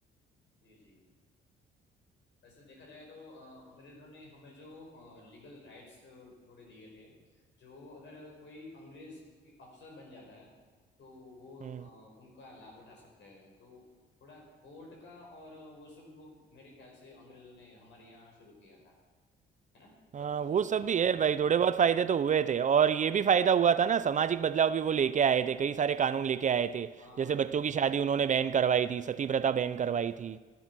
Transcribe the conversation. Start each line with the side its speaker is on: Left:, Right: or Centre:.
Left: जी जी वैसे देखा जाए तो अ, अंग्रेजों ने हमें जो लीगल राइट्स थोड़े दिए थे जो अगर कोई अंग्रेज के अफसर बन जाता है तो वो
Right: हम्म,
Left: अ, उनका लाभ उठा सकते हैं तो थोड़ा कोर्ट का और वो सब मेरे ख्याल से अंग्रेजों ने हमारे यहाँ शुरू किया था है ना
Right: हाँ
Left: तब तक
Right: वो सब भी है भाई थोड़े बहुत
Left: हाँ
Right: फायदे तो हुए थे और ये भी फायदा हुआ था ना सामाजिक बदलाव भी वो लेके आए थे कई सारे कानून लेके आए थे
Left: हाँ
Right: जैसे बच्चों
Left: बिल्कुल
Right: की शादी उन्होंने बैन करवाई थी सती प्रथा बैन करवाई थी